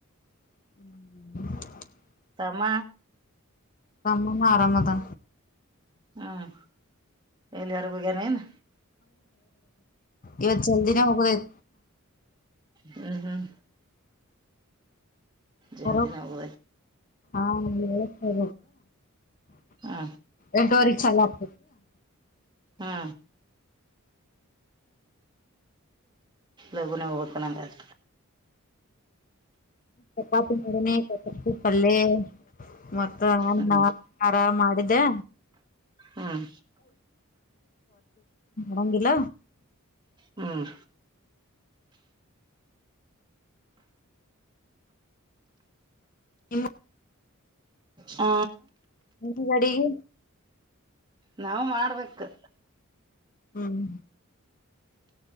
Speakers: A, on the left; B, on the right.
A: ಹ್ಮ್
B: ತಮ್ಮ
A: ತಮ್ಮನ ಆರಾಮದಾ
B: ಹ್ಮ್ ಎಲ್ಲಿ ಹೊರೆಗುಗನ ನು
A: ಇವತ್ತು ಜಲ್ದಿಿನ ಹೋಗಬೇಕ
B: ಹ್ಮ್ ಹ್ಮ್ ಜಲ್ದಿನ
A: ಹೊರ
B: ಹೋಗುದ
A: ಹಾಬೇಕು
B: ಹ್ಮ್
A: ಎಂಟವರಿಕ್ಷಲ್ಲತ
B: ಹಾ ಲಘುನೇ ಹೋಬಕ ಗತ
A: ಚಪಾತಿ ಮಾಡಿನಿ ಚಪಾತಿ ಪಲ್ಯ ಮತ್ತ ಅನ್ನ
B: ಹ್ಮ್
A: ಸಾರ ಮಾಡಿ ದಾ
B: ಹ್ಮ್
A: ಮಂಗಿಲ್ಲ
B: ಹ್ಮ್
A: ಇಲ್ಲ
B: ಹ
A: ನಿಮ್ಮದ ಅಡಿಗಿ?
B: ನಾಾವವು ಮಾಡ್ಬೇಕು
A: ಹ್ಮ್